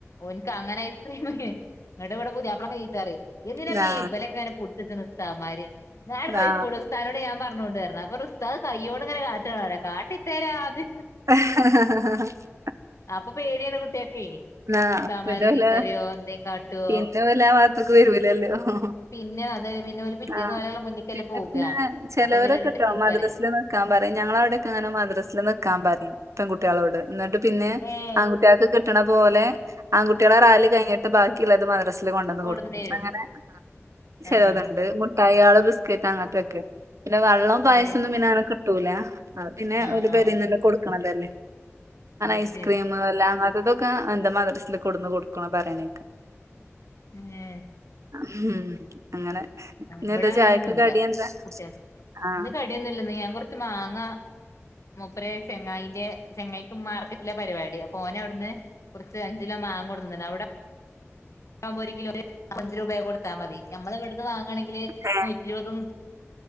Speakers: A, on the left (about 80°); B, on the right (about 75°).
A: ഓന്ക്ക് അങ്ങനെ ഐസ്ക്രീംമ് അങ്ങടെ ഇവിടെ പുതിയാപ്പി ബടെ ങ്ങ് ചീത്ത പറിം എന്തിനെപ്പോ
B: ദാ
A: ഈ ഇബലെ ഒക്കെ ങ്ങനെ പുടിച്ചിർത്ത്ണ് ഉസ്താദുമാര് ഞാൻ
B: ദാ
A: പൊയ്ക്കൂട് ഉസ്താദിനോട് ഞാൻ പറഞ്ഞോണ്ട് ന്ന് പറഞ്ഞ് അപ്പറഞ്ഞ് ഉസ്താദ് കയ്യോട് ഇങ്ങന കാട്ടാണ് കാട്ടിത്തരാന്ന്
B: <unintelligible>
A: അപ്പൊ പേടിയാണ് കുട്ട്യാക്കെ
B: ആ
A: ഉസ്താദ്മാര്
B: പിന്നെല
A: ചീത്തറിയോ എന്തേം കാട്ടോ
B: പിന്നെ ഓലാ ആ ഭാഗത്തേക്ക് വരൂലല്ലോ ആഹ് ഹ്
A: പിന്നെ അത് പിന്നെ ഓല് പിറ്റേന്ന്
B: ആ
A: ഓലെ മുന്ന്ക്കല്ലേ
B: പിന്നെ
A: പോകാ
B: പിന്നെ ചെലോരൊക്കെട്ടോ
A: അപ്പൊ ഇവല് ഇവടെ ഇട്ട് ചീത്തറിയും
B: മദ്റസിലു നിക്കാൻ പറയും ഞങ്ങള അവിടെക്കെ അങ്ങനെ മദ്രസിൽ നിൽക്കാ പറിം പെൺകുട്ടിയാളോട് ന്നിട്ട് പിന്നെ
A: ഏഹ്
B: ആൺകുട്ടിയോൾക്ക് കിട്ടണ പോലെ ആൺകുട്ടിയോളെ റാലി കഴിഞ്ഞിട്ട് ബാക്കിയുള്ളത് മദ്രസക്ക് കൊണ്ടന്ന്
A: കൊട്ന്നേരും
B: കൊടുക്കും അങ്ങനെ ചെലത്
A: ആഹ്
B: ണ്ട് മുട്ടായ്യാള് ബിസ്ക്കറ്റ് അങ്ങനത്തൊക്കെ പിന്നെ വെള്ളോം പായസോന്നുംപിന്നെ
A: ഏ
B: അങ്ങനൊന്നും കിട്ടൂല അത് പിന്നെ
A: ആഹ്
B: ഓര് പെരേന്ന്
A: ആഹ്
B: എടുക്കണോലല്ലേ
A: അത്
B: ഐസ്ക്രീം
A: ശരി
B: എല്ലാ അതൊക്കെ എന്താ മദ്രസൽ കൊടുന്ന് കൊടുക്കണോ പറയാനക്കെ
A: ഏ
B: ഹും അങ്ങനെ ഇന്നെന്താ
A: ഇബടെ അങ്ങനൊന്നുംല്ല
B: ചായക്ക് കടി എന്താ
A: കുട്ടിയാക്ക്
B: ആഹ്
A: ഇന്ന് കടിയൊന്നുംല്ലന്ന് ഞാൻ കുറച്ച് മാങ്ങ മൂപ്പരെ ചങ്ങായിൻ്റെ ചങ്ങ മാർക്കറ്റിലാ പരിപാടി അപ്പ ഓന് അവിടുന്ന് കുറച്ച് അഞ്ചിലോ മാങ്ങ കൊടുന്ന് തന്നക്കണ് അവിടെ കുമ്പോ ഒരു കിലോക്ക് അഞ്ച് രൂപക്കെ കൊടുത്താൽ മതി നമ്മൾ ഇവിടുന്ന് വാങ്ങാണെങ്കില്
B: ഏഹ്
A: നൂറ്റി ഇരുപതും